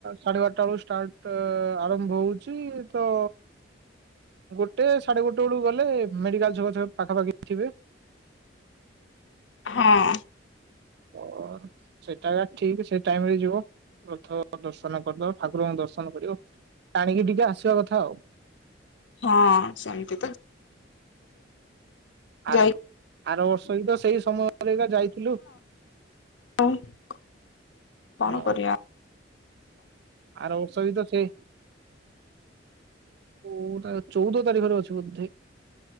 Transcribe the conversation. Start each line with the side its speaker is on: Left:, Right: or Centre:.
Right: ସାଢେ ବାରଟା ବେଳୁ ଷ୍ଟାର୍ଟ ଆରମ୍ଭ ହଉଛି ତ ଗୋଟେ ସାଢେ ଗୋଟେ ବେଳକୁ ଗଲେ ମେଡିକାଲ ଛକ ପାଖାପାଖି ଥିବେ।
Left: ହଁ
Right: ଓ ସେଇଟା ଠିକ ସେ ଟାଇମ ରେ ଯିବ ରଥ ଦର୍ଶନ କରିଦବ ଠାକୁରଙ୍କୁ ଦର୍ଶନ କରିବ। ଟାଣିକି ଟିକେ ଆସିବା କଥା ଆଉ।
Left: ହଁ ସେମତି ତ
Right: ଆ
Left: ଯାଇକି
Right: ଆର ବର୍ଷ ହ ତ ସେଇ ସମୟରେକା ଯାଇଥିଲୁ।
Left: ହଉ କଣ
Right: ହଁ
Left: କରିବା?
Right: ଆର ବର୍ଷ ବି ତ ସେଇ ଓଟା ଚଉଦ ତାରିଖରେ ଅଛି ବୋଧେ?